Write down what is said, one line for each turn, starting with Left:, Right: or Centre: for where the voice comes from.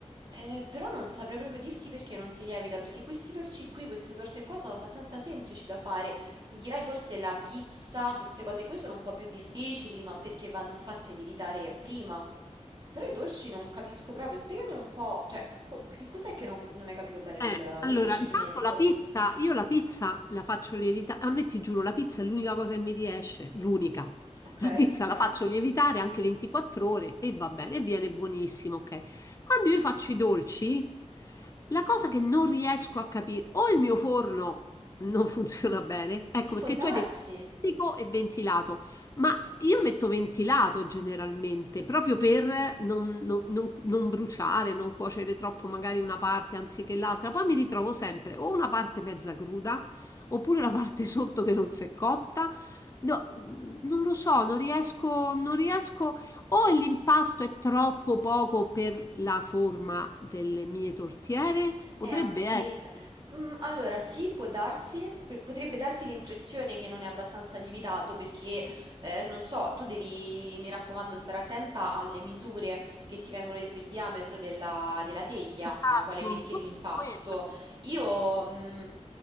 Right: eh, però non saprei proprio dirti perché non ti lievita, perché questi dolci qui, queste torte qua sono abbastanza semplici da fare. Mi dirai forse la pizza, queste cose qui sono un po' più difficili, ma perché vanno fatte lievitare prima. Però i dolci non capisco proprio, spiegami un po', cioè, co- che cos'è che non, non hai capito bene
Left: Eh,
Right: del,
Left: allora,
Right: del procedimento?
Left: intanto la pizza, io la pizza la faccio lievitare, a me ti giuro, la pizza è l'unica cosa che mi riesce, l'unica.
Right: Ok,
Left: La
Right: e
Left: pizza la Ok. faccio lievitare anche 24 ore e va bene, e viene buonissimo, ok? Quando io faccio i dolci, la cosa che non riesco a capire, o il mio forno non <laughs> funziona bene, ecco perché
Right: può darsi.
Left: tu hai detto statico e ventilato. Ma io metto ventilato generalmente, proprio per non, non- non- non bruciare, non cuocere troppo magari una parte anziché l'altra. Poi mi ritrovo sempre o una parte mezza cruda, oppure la parte sotto che non si è cotta. No, non lo so, non riesco, non riesco. O l'impasto è troppo poco per la forma delle mie tortiere? Potrebbe
Right: E anche...
Left: Eh, essere.
Right: Mm, allora, sì, può darsi, per- potrebbe darti l'impressione che non è abbastanza lievitato perché, eh, non so, tu devi, mi raccomando, stare attenta alle misure che ti vengono dette, il diametro della, della teglia
Left: Esatto,
Right: nella quale metti
Left: forse
Right: l'impasto.
Left: è quello.
Right: Io, mm,